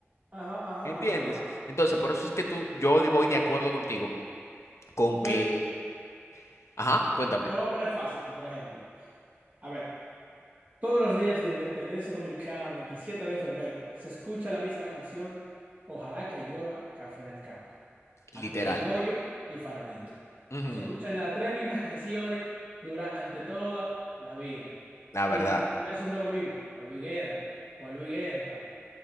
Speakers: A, on the right (about 40°); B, on the left (about 80°).
A: ajá, ajá,
B: ¿entiendes?
A: ajá. ajá.
B: Entonces, por eso es que tú, yo de- voy de acuerdo contigo con que,
A: Mira,
B: ajá, cuéntame.
A: te voy a poner fácil, por ejemplo. A ver. Todos los días de Independencia Dominicana, 27 de febrero, se escucha la misma canción, Ojalá que llueva, Café del Campo.
B: literal,
A: Aquel Yoyo y Farolito.
B: Ujú,
A: Se escuchan las tres mismas canciones durante toda la vida.
B: La
A: Y
B: verdad.
A: las tres son de lo mismo, Juan Luis Guerra, Juan Luis Guerra.